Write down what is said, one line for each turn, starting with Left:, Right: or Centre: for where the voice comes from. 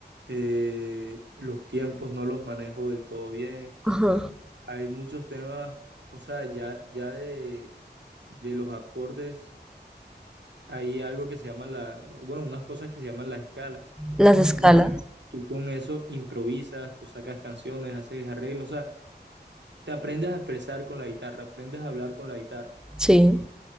Right: eh, los tiempos no los manejo del todo bien.
Centre: Ajá.
Right: Hay muchos temas, o sea, ya, ya de, de los acordes, hay algo que se llama la, bueno, unas cosas que se llaman las escalas.
Centre: Las escalas.
Right: Entonces, tú con eso improvisas, tú sacas canciones, haces arreglos, o sea, te aprendes a expresar con la guitarra, aprendes a hablar con la guitarra.
Centre: Sí.